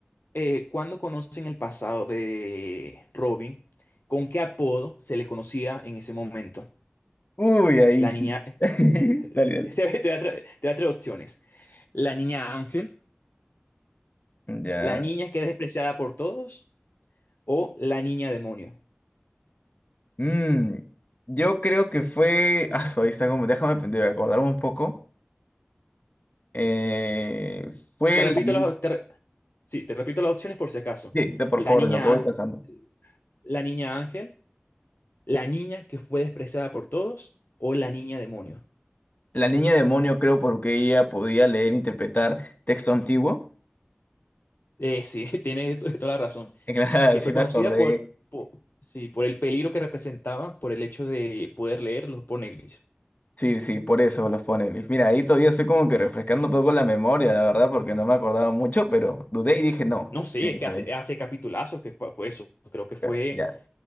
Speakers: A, on the left (about 60°); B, on the left (about 40°).
A: eh, cuando conocen el pasado de Robin, ¿con qué apodo se le conocía en ese momento?
B: Uy, ahí
A: La
B: sí.
A: niña...
B: <laughs>
A: <laughs>
B: Dale, dale.
A: Te voy a tra- te voy a traer opciones. La niña Ángel.
B: Ya.
A: la niña que es despreciada por todos o la niña demonio.
B: Mm, yo creo que fue. Ah, su, ahí está como. Déjame pe- de acordarme un poco. Eh, fue
A: Te repito
B: la... ni-
A: las, te re- sí, te repito las opciones por si acaso.
B: Sí, sí, por
A: La
B: favor,
A: niña,
B: de lo que voy
A: ángel-
B: pasando.
A: la niña ángel, la niña que fue despreciada por todos o la niña demonio.
B: La niña demonio creo porque ella podía leer e interpretar texto antiguo. <laughs>
A: Eh, sí, <laughs> tienes to- toda la razón.
B: Eh, Claro,
A: Que
B: sí
A: fue
B: me
A: conocida
B: acordé.
A: por, por, sí, por el peligro que representaba, por el hecho de poder leer los poneglyphs.
B: Sí, sí, por eso los pone Luis. Mira, ahí todavía estoy como que refrescando un poco la memoria, la verdad, porque no me acordaba mucho, pero dudé y dije no.
A: No sé,
B: Directamente.
A: es que hace, hace capitulazos que fue fue eso. Creo que fue
B: Pero ya,